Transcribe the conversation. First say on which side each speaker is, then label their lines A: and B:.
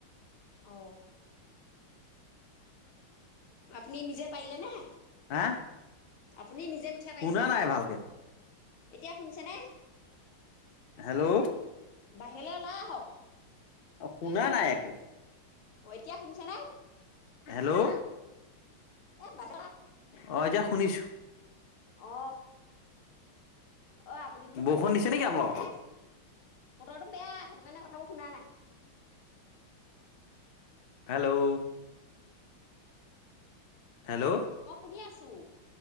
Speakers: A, on the left (about 80°); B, on the left (about 65°).
A: অ! আপুনি নিজে পাৰিলে নে?
B: হা
A: আপুনি নিজে কঠীয়া পাৰিছেনে
B: শুনা নাই ভালকে।
A: এতিয়া শুনিছেনে?
B: হেল্ল'!
A: বাহিৰলৈ ওলাই আহক।
B: অ! শুনা নাই একো।
A: অ'এতিয়া শুনিছেনে?
B: হেল্ল'!
A: এ বাই
B: অ' এতিয়া শুনিছোঁ।
A: অ! অ! আপুনি বোলো
B: বৰষুণ
A: কঠীয়া
B: দিছে
A: নিজে
B: নেকি
A: পাৰিলে
B: আপোনালোকৰ
A: নে?
B: ফালে
A: বতৰটো বেয়া, সেইটো কাৰণে কথাবোৰ শুনা নাই।
B: হেল্ল'! হেল্ল'
A: মই শুনি আছো। টো